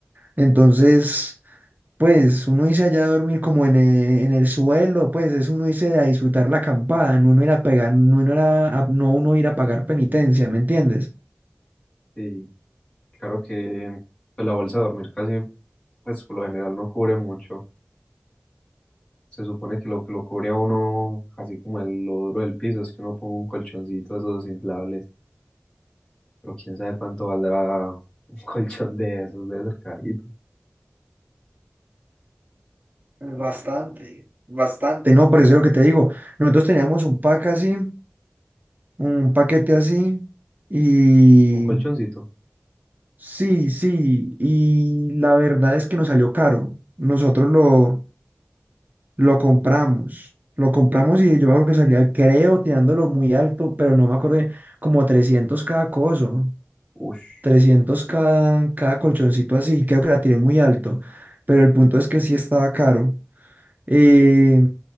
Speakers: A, on the right (about 40°); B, on the left (about 20°).
A: Entonces... Pues uno irse allá a dormir como en el, en el suelo, pues es uno irse a disfrutar la acampada, no uno ir a pegar, no uno ir a, a- no uno ir a pagar penitencia, ¿me entiendes?
B: sí, claro que pues, la bolsa de dormir casi, pues por lo general no cubre mucho. Se supone que lo que lo cubre a uno, así como el lodro del piso, es que uno ponga un colchoncito de esos inflables. Pero quién sabe cuánto valdrá un <laughs> colchón de esos, debe ser carito.
A: Bastante, bastante. No, por eso es lo que te digo. Nosotros teníamos un pack así, un paquete así, y
B: Un colchoncito.
A: sí, sí, y la verdad es que nos salió caro. Nosotros lo, Lo compramos. Lo compramos y yo me acuerdo que salía, creo, tirándolo muy alto, pero no me acuerdo, bien, como 300 cada coso,
B: Ush.
A: 300 cada, cada colchoncito así. Creo que la tiré muy alto, pero el punto es que sí estaba caro. Eh,